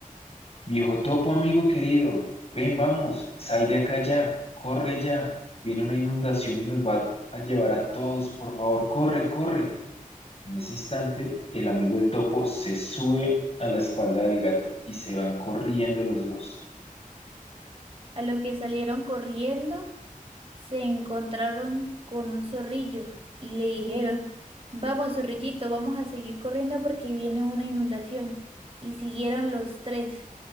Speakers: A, on the left; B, on the right.
A: Viejo topo, amigo querido, ven, vamos, sal de acá ya, corre ya, viene una inundación y nos va a llevar a todos, por favor, corre, corre. En ese instante, el amigo el topo se sube a la espalda del gato y se van corriendo los dos.
B: A lo que salieron corriendo, se encontraron con un zorrillo y le dijeron, vamos, zorrillito, vamos a seguir corriendo porque viene una inundación. Y siguieron los tres.